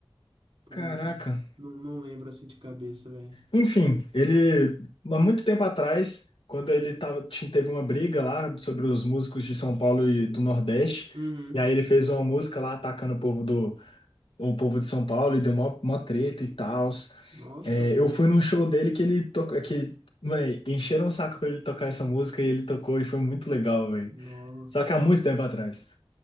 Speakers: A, on the right; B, on the left.
A: Pô,
B: Caraca.
A: não, não lembro assim de cabeça, velho.
B: Enfim, ele, há muito tempo atrás, quando ele tava, ti- teve uma briga lá sobre os músicos de São Paulo e do Nordeste,
A: Uhum.
B: e aí ele fez uma música lá atacando o povo do, o povo de São Paulo e deu mó, mó treta e tal.
A: Nossa,
B: É, eu fui num show dele que ele toca, que, véi, encheram o saco pra ele tocar essa música e ele tocou e foi muito legal, velho.
A: nossa.
B: Só que há muito tempo atrás.